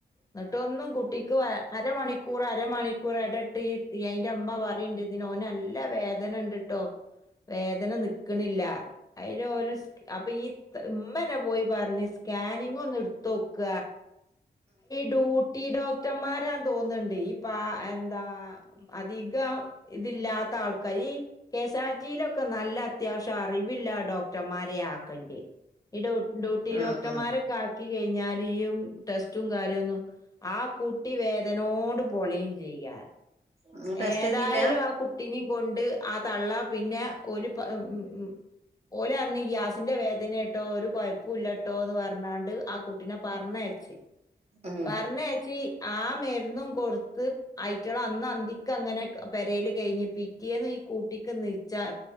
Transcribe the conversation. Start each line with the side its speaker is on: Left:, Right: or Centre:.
Left: എന്നിട്ടൊന്നും കുട്ടിക്ക് അരമണിക്കൂർ അരമണി മിക്കൂറെ ഇട വിട്ട് ഈ അയിന്റെ ഇമ്മ പറീണ്ട് ഇതിന് ഓനല്ല വേദന ഉണ്ട്ട്ടോ വേദന നിൽക്കണില്ല അതിൽ ലോരോ അപ്പൊ ഈ ഇമ്മനെ പോയി പറഞ്ഞ് സ്കാനിങ്ങ ഒന്ന് എടുത്തോക്ക ഡ്യൂട്ടി ഡോക്ടർമാരാ തോന്നുന്നുണ്ട് ഇപ്പ എന്താ അധികം ഇതില്ലാത്ത ആൾക്കരി ഈ കേസ്വാളിറ്റിയിലൊക്കെ നല്ല അത്യാവശ്യം അറിവില്ല ഡോക്ടർമാരെയ അക്കണ്ട ഈ ഡ്യൂട്ടി
Right: ആഹ്
Left: ഡോക്ടർമാരൊക്കെ ആക്കി കഴിഞ്ഞാൽ ഈയ് ടെസ്റ്റും കാര്യന്നും ആഹ് കുട്ടി വേദനോട് പൊളയും ചെയ്യാ
Right: ഇങ്ങള് ടെസ്റ്റ്
Left: ഏതായാലും
Right: ചെയ്തില്ല
Left: ആഹ് കുട്ടിനും കൊണ്ട് ആഹ് തള്ള പിന്നെ ഒരു പ ഉം ഉം ഓലെറിഞ്ഞ ഈ ഗ്യാസിന്റെ വേദനയട്ടോ ഒരു കുഴപ്പ ഇല്ലട്ടോ എന്ന് പറഞ്ഞാണ്ട് കുട്ടിനെ പറഞ്ഞയച്ചി
Right: ഉം
Left: പറഞ്ഞച്ചി ആഹ് മരുന്നും കൊടുത്ത് ആയിറ്റിക്കള അന്ന് അന്തി അങ്ങനെ പെരൽ കഴിഞ് പിറ്റേന്ന് ഈ കൂട്ടിക്ക് നിച്ച